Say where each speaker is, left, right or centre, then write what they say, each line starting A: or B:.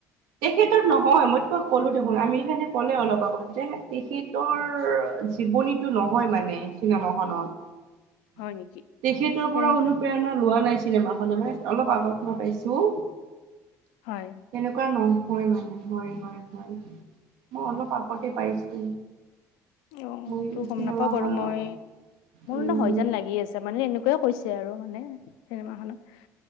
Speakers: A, on the right (about 80°); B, on the left (about 80°).
A: তেখেতৰ নহয়। মই তোমাক কলো দেখোন আমেৰিকানে ক'লে অলপ আগত যে তেখেতৰ জীৱনী টো নহয় মানে চিনেমা খনত।
B: হয় নেকি
A: তেখেতৰ
B: তেনে
A: পৰা অনু প্ৰেৰণা লোৱা নাই চিনেমাখনে মানে অলপ আগত মই পাইছো
B: হয়।
A: এনেকুৱা নহয় মানে হয় হয় হয়। মই অলপ আগতে পাইছো।
B: অ
A: মোৰ
B: সেইটো গম
A: চিনেমাখনৰ
B: নাপাও বাৰু মোৰ
A: উম
B: ন হয় যোন লাগি আছে মানে এনেকুৱাই কৈছে আৰু মানে চিনেমাখনত।